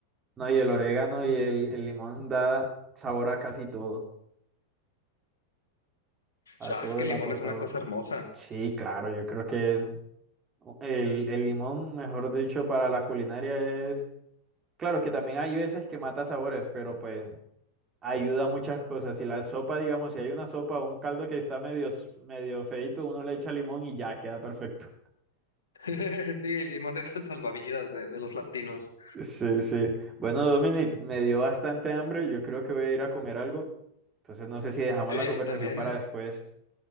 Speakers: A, on the right; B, on the left.
A: No, y el orégano y el, el limón da sabor a casi todo, a
B: Ya,
A: todo
B: es que
A: el
B: el limón
A: aporta.
B: es una cosa hermosa.
A: Sí, claro, yo creo que es El, el limón, mejor dicho, para la culinaria es... Claro que también hay veces que mata sabores, pero pues ayuda a muchas cosas. Si la sopa, digamos, si hay una sopa o un caldo que está medio, s- medio feíto, uno le echa limón y ya queda perfecto.
B: <laughs> Sí, el limón es el salvavidas de, de los latinos.
A: Sí, sí. Bueno, Dominic, me dio bastante hambre. Yo creo que voy a ir a comer algo. Entonces no sé si dejamos
B: Eh,
A: la conversación
B: a mí también.
A: para después.